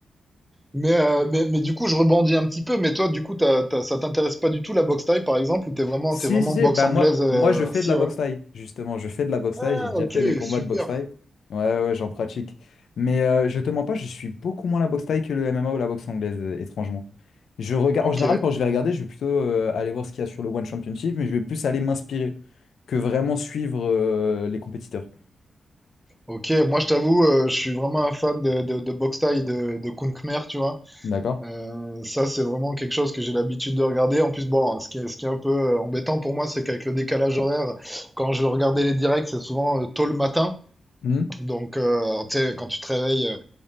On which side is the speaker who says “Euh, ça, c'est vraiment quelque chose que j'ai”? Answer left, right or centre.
Centre